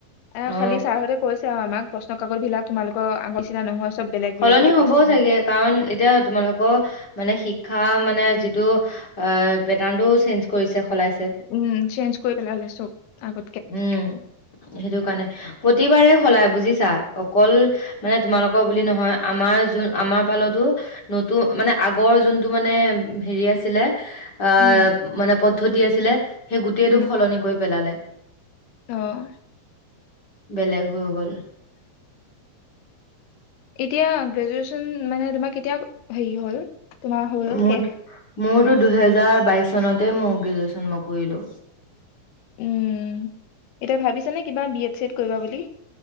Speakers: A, on the left; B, on the left.
A: এ
B: অ
A: খালি ছাৰহঁতে কৈছে আৰু আমাক। প্ৰশ্ন কাগত বিলাক তোমালোকৰ আগৰ। নিচিনা নহয় চব বেলেগ বেলেগ
B: সলনি
A: বুলি
B: হ'ব
A: কৈছে
B: চাগে, কাৰণ এতিয়া তোমালোকৰ মানে শ শিক্ষা মানে যিটো, অ পেটাৰ্ণ টোও চেঞ্জ কৰিছে। সলাইছে
A: উম চেঞ্জ কৰি পেললে চব আগত।
B: উম, সেইটো কাৰণে প্ৰতিবাৰেই সলায় বুজিছা। অকল মানে তোমালোকৰ বুলি নহয়, আমাৰ যোন আমাৰ পালতো নতুন মানে আগৰ যোনটো মানে হেৰি আছিলে? অ'
A: উম
B: মানে? পদ্ধতি আছিলে। সেই গোটেইটো
A: উম
B: সলনি কৰি পেলালে।
A: অ',
B: বেলেগ। হয় গল।
A: এতিয়া গ্ৰেজুৱেশচন। মানে তোমাৰ কেতিয়া হেৰি হল? তোমাৰ হল
B: মোৰ
A: শেষ।
B: মোৰতো দুহেজাৰ বাইশ চনতে মই গ্ৰেজুৱেশচন মই কৰিলো।
A: উম, এতিয়া ভাবিছা নেকি। কিবা বি এড চি এত কৰিবা বুলি।